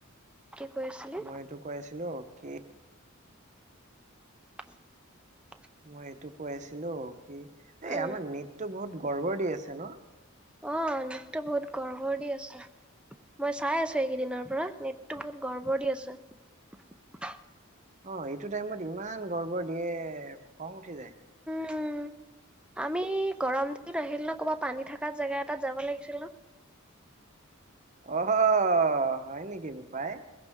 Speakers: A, in the centre; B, on the right (about 35°).
A: কি কৈ আছিলি
B: মই এইটো কৈ আছিলো কি
A: <unintelligible>
B: মই এইটো কৈ আছিলো, কি এই
A: উম
B: আমাৰ নেটতো বহুত গৰ্বৰ দি আছে ন?
A: অ নেটটো বহুত গৰ্বৰ দি আছে, মই চাই আছো এইকেইদিনৰ পৰা, নেটটো বহুত গৰ্বৰ দি আছে।
B: অ', এইটো টাইমত ইমান গৰ্বৰ দিয়ে, খং উঠি যায়।
A: উম, আমি গৰম দিন আহিলে ক'বা পানী থাকা জেগা এটাত যাব লাগিছিল ন।
B: অ'হ হয় নেকি বোপাই?